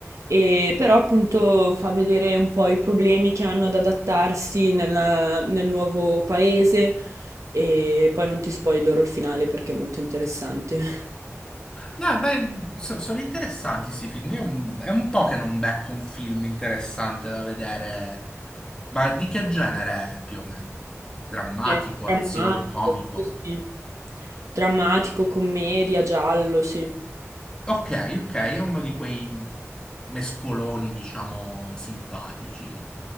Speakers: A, on the right; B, on the left.
A: e però appunto fa vedere un po' i problemi che hanno ad adattarsi nella- nel nuovo paese e poi non ti spoilerò il finale perché è molto interessante. <laughs>
B: No, beh, so- sono interessanti questi film. Io, mm, è un po' che non becco un film interessante da vedere. Ma di che genere è più o meno? Drammatico,
A: È drammatico,
B: azione, comico?
A: sì. Drammatico, commedia, giallo, sì.
B: Ok, ok, è uno di quei mescoloni, diciamo, simpatici